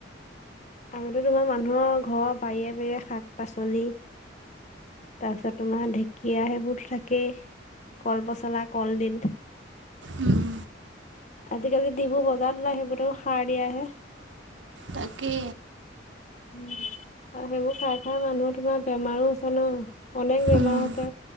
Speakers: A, on the left (about 40°); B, on the right (about 80°).
A: আগতে তোমাৰ মানুহৰ ঘৰৰ বাৰিয়ে বাৰিৰে শাক পাচলি তাৰপিছত তোমাৰ ঢেকীয়া সেইবোৰো থাকেই কল পচলা কলডিল
B: উম
A: আজিকালি ডিবু বজাৰ ওলাই সেইবোৰও সাৰ দিয়াহে
B: তাকে
A: উম আৰু সেইবোৰ খাই খাই মানুহৰ তোমাৰ বেমাৰো আছে ন অনেক বেমাৰ
B: উম,
A: আছে